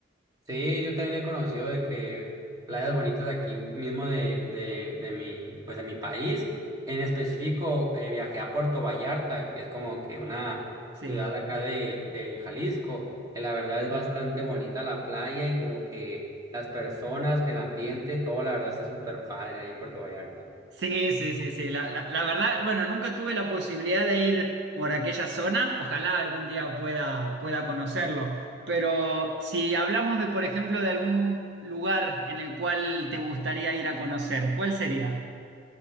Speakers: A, on the right; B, on the right.
A: Sí, yo también he conocido de que playas bonitas aquí mismo de, de, de mi, pues de mi país. En específico, eh, viajé a Puerto Vallarta, que es como que una
B: Sí.
A: ciudad acá de, de Jalisco, que la verdad es bastante bonita la playa y como que las personas, el ambiente, todo la verdad está súper padre ahí en Puerto Vallarta.
B: Sí, sí, sí, sí. La, la- la verdad, bueno, nunca tuve la posibilidad de ir por aquella zona. Ojalá algún día pueda, pueda conocerlo. Pero si hablamos de, por ejemplo, de algún lugar en el cual te gustaría ir a conocer, ¿cuál sería?